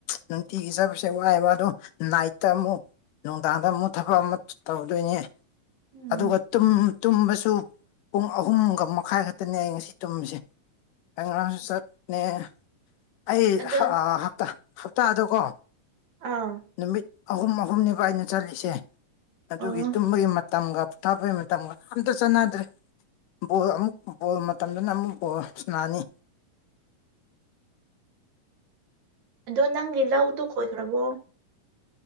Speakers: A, on the left (about 80°); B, on the right (about 65°).
A: ꯅꯨꯡꯇꯤꯒꯤꯖꯠꯕꯥꯁꯦ ꯋꯥꯏꯑꯦꯕꯥ ꯑꯗꯣ ꯅꯥꯏꯠꯇ ꯑꯃꯨꯛ ꯅꯨꯡꯗꯥꯡꯗ ꯑꯃꯨꯛ ꯊꯥꯕꯛ ꯑꯃ ꯇꯧꯗꯣꯏꯅꯦ
B: ꯎꯝ
A: ꯑꯗꯨꯒ ꯇꯨꯝ ꯇꯨꯝꯕꯁꯨ ꯄꯨꯡ ꯑꯍꯨꯝꯒꯥ ꯃꯈꯥꯏ ꯈꯛꯇꯥꯅꯤ ꯑꯩ ꯉꯥꯁꯤ ꯇꯨꯝꯃꯤꯁꯦ ꯑꯩ ꯉꯥꯔꯥꯡꯁꯨ ꯆꯠꯅꯦ ꯑꯩ
B: ꯑꯗꯣ
A: ꯍꯞꯇꯥꯗꯥꯀꯣ
B: ꯑꯥ
A: ꯅꯨꯃꯤꯠ ꯑꯍꯨꯝ ꯑꯍꯨꯝꯅꯦꯕꯥ ꯑꯩꯅ ꯆꯠꯂꯤꯁꯦ ꯑꯗꯨꯒꯤ
B: ꯑꯣ
A: ꯇꯨꯝꯕꯥꯒꯤ ꯃꯇꯝꯒ ꯄꯣꯊꯥꯕꯩ ꯃꯇꯝꯒꯥ ꯑꯝꯇꯥ ꯆꯥꯟꯅꯥꯗ꯭ꯔꯦ ꯕꯣꯜ ꯑꯃꯨꯛ ꯕꯣꯜ ꯃꯇꯝꯗꯥꯅ ꯑꯃꯨꯛ ꯕꯣꯜ ꯁꯥꯟꯅꯥꯅꯤ
B: ꯑꯥꯗꯣ ꯅꯪꯒꯤ ꯂꯧꯗꯣ ꯈꯣꯏꯈ꯭ꯔꯕꯣ